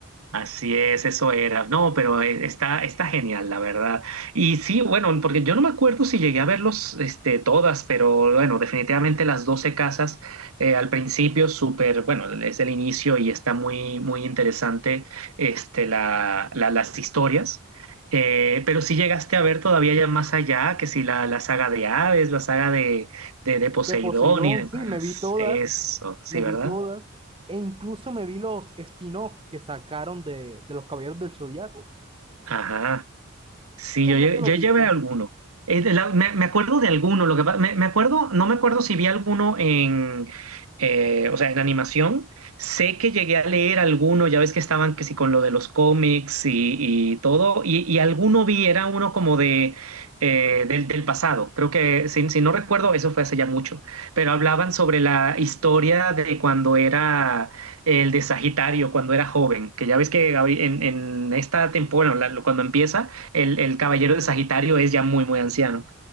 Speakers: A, on the right; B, on the right.
A: Así es, eso era. No, pero eh, está, está genial, la verdad. Y sí, bueno, porque yo no me acuerdo si llegué a verlos, este, todas, pero bueno, definitivamente las 12 casas eh, al principio, súper, bueno, es el inicio y está muy, muy interesante, este, la, la- las historias. Eh, pero si llegaste a ver todavía ya más allá, que si la, la saga de Hades, la saga de, de, de Poseidón
B: De Poseidón,
A: y demás.
B: sí, me vi todas,
A: Eso, sí,
B: me
A: ¿verdad?
B: vi todas, e incluso me vi los spin-off que sacaron de, de los Caballeros del Zodiaco.
A: Ajá. Sí,
B: Entonces
A: yo, lle-
B: no te los
A: yo
B: viste.
A: llevé alguno. Eh, de la- me, me acuerdo de alguno, lo que pa- me, me acuerdo, no me acuerdo si vi alguno en, eh, o sea, en animación. Sé que llegué a leer alguno, ya ves que estaban que sí con lo de los cómics y, y todo, y, y alguno vi, era uno como de eh, del, del pasado. Creo que, si, si no recuerdo, eso fue hace ya mucho, pero hablaban sobre la historia de cuando era el de Sagitario, cuando era joven, que ya ves que ahori- en, en esta temporada, la- cuando empieza el, el, caballero de Sagitario es ya muy, muy anciano.